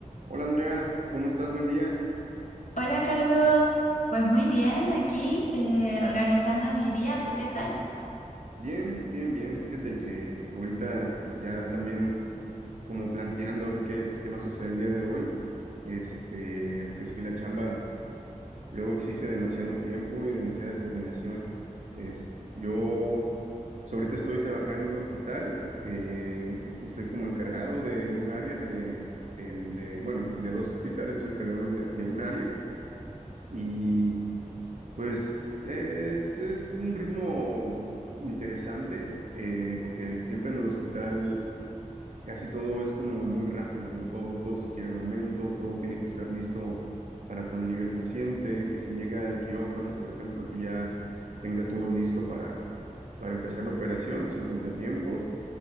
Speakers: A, on the right (about 60°); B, on the left (about 70°).
A: Hola Andrea, ¿cómo estás? Buen día.
B: Hola Carlos, pues muy bien, aquí eh, organizando mi día, ¿tú qué tal?
A: Bien, bien, bien. Fíjate que ahorita ya también como planteando a ver qué, qué va a suceder el día de hoy. Este, porque sí, la chamba luego exige demasiado tiempo y demasiada coordinación. Es, yo pues, ahorita estoy trabajando en un hospital, eh, estoy como encargado de, de un área de, del- de- bueno, de dos hospitales, estoy encargado de de un área. Y Pues es, es un ritmo interesante, eh, porque siempre en el hospital casi todo es como muy rápido, ¿no? Todo, todo se quiere en el momento, todo tiene que estar listo para cuando llegue el paciente, que si llega al quirófano, por ejemplo, que ya tenga todo listo para, para empezar la operación sin contratiempos